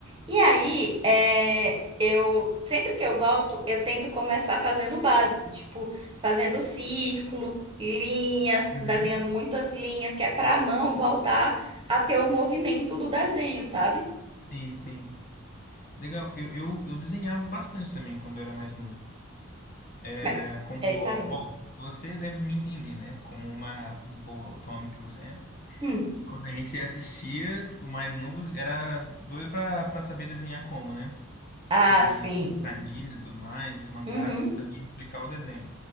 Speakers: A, on the right; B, on the left.
A: E aí, é, eu sempre que eu volto, eu tento começar fazendo o básico, tipo, fazendo círculo, linhas,
B: uhum.
A: desenhando muitas linhas, que é pra mão voltar a ter o movimento do desenho, sabe?
B: Sim, sim. Legal. Eu, eu, eu desenhava bastante também quando eu era mais novo. É,
A: Mas,
B: como,
A: aí parou.
B: bom, você deve me entender, né? Como uma boa otome que você é.
A: Hum.
B: Quando a gente assistia, tipo, mais novos, era doido pra, pra saber desenhar como, né?
A: Ah,
B: O,
A: sim.
B: o- os animes e tudo mais, os mangás,
A: Uhum.
B: sabia explicar o desenho.